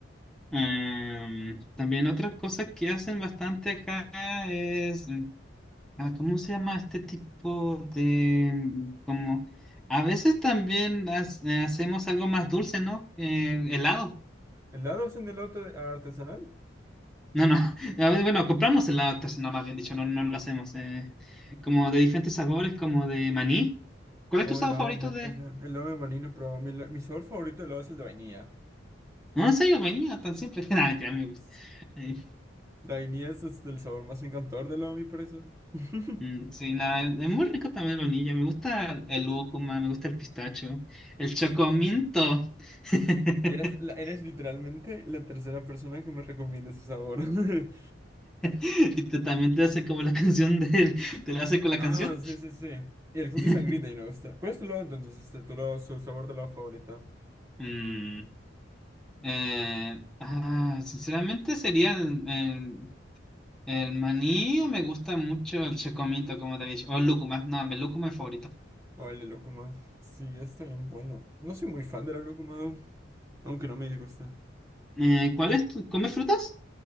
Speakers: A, in the centre; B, on the right.
A: em, también otra cosa que hacen bastante acá es... mm, ah, ¿Cómo se llama este tipo de... mm, como... A veces también hace- eh, hacemos algo más dulce, ¿no? Eh, helado.
B: ¿Helado hacen de helado te- artesanal?
A: No, no. <laughs> A ver, bueno, compramos helado artesanal, más bien dicho, no, no lo hacemos. eh, como de diferentes sabores, como de maní. ¿Cuál
B: O
A: es tu sabor
B: helado,
A: favorito
B: de ma-
A: de...?
B: hela- helado de maní manino, pero mi, la- mi sabor favorito de helado es el de vainilla.
A: No, en serio, vainilla, tan simple. <laughs> Nada, mentira, a mí me gusta.
B: Es-
A: Eh,
B: La vainilla es este, el sabor más encantador del helado, a mi parecer. <laughs>
A: mm, sí, nada, es muy rico también la vainilla. Me gusta el lúcuma, me gusta el pistacho, el
B: Pistacho.
A: chocominto.
B: ¿no?
A: <laughs>
B: Y Eres, la- eres literalmente la tercera persona que me recomienda ese sabor. <laughs>
A: Y te- también te hace como la canción del... ¿Te la hace con la
B: Ah,
A: canción?
B: sí, sí, sí. Y el cookie
A: <laughs>
B: sangrita y no me gusta. ¿Cuál es tu lado entonces? Este, tu lado, su sabor de lado favorita.
A: Mm, eh, ah, sinceramente sería el, El maní me gusta mucho el chocomito, como te había dicho. O el lúcuma, no, el lúcuma es favorito.
B: O el de lúcuma. Sí, está bien bueno. No soy muy fan de la lúcuma, though, aunque no me disgusta.
A: Eh, ¿cuál es tu- ¿Comes frutas?